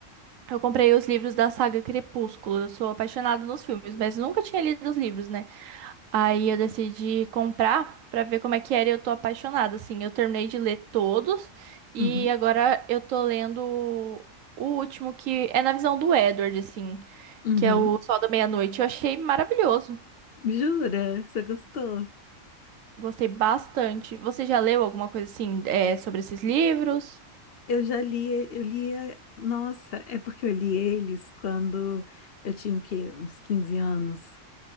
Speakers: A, on the right; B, on the left.
A: eu comprei os livros da saga Crepúsculo. Eu sou apaixonada nos filmes, mas nunca tinha lido os livros, né? Aí eu decidi comprar pra ver como é que era e eu tô apaixonada, assim. Eu terminei de ler todos e
B: Uhum,
A: agora eu tô lendo o último que é na visão do Edward, assim,
B: uhum.
A: que é o Sol da Meia-Noite. Eu achei maravilhoso.
B: Jura? Você gostou?
A: Gostei bastante. Você já leu alguma coisa assim, é, sobre esses livros?
B: Eu já li, e- eu lia, nossa, é porque eu li eles quando eu tinha o quê? Uns 15 anos,